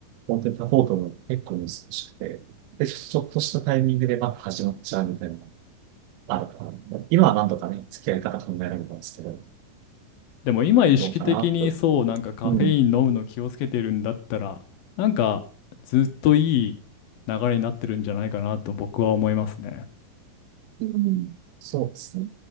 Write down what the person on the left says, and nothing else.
でも今意識的にそう、
なんかカフェイン飲むの気をつけてるんだったら、
なんかずっといい流れになってるんじゃないかなと僕は思いますね。